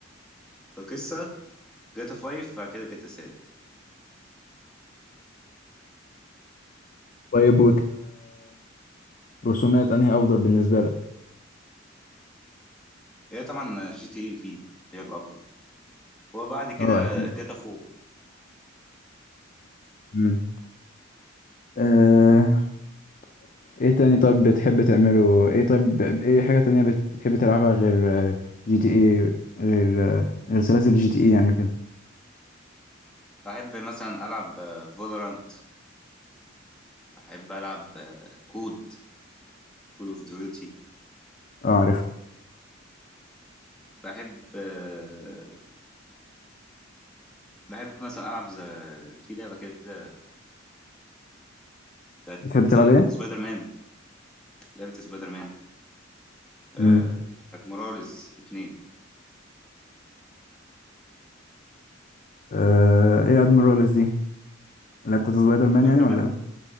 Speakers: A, in the centre; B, on the left.
A: كقصة جاتا 5 بعد كده جاتا سان
B: طيب وكرسومات انهي افضل بالنسبة لك
A: هي طبعا جي تي اي في هي الأفضل وبعد كده
B: اه اكيد
A: جاتا 4
B: امم آه، ايه تاني طيب بتحب تعمله ايه طيب ايه حاجة تانية بت- بتحب تلعبها غير جي تي ايه غير آه، غير سلاسل جي تي ايه يعني وكده
A: بحب مثلا ألعب فولورانت بحب ألعب آه، كود كول أوف ديوتي
B: اه عارفها
A: وبحب آه، بحب مثلا ألعب ز- في لعبة كده بتاعت
B: بتحب تلعب
A: آه،
B: ايه
A: سبايدر مان لعبة سبايدر مان آه،
B: امم
A: بتاعت موراليز اتنين
B: آه، ايه ادميرالز دي اللي هي بتاعت سبايدر مان
A: سبايدر
B: يعني ولا
A: مان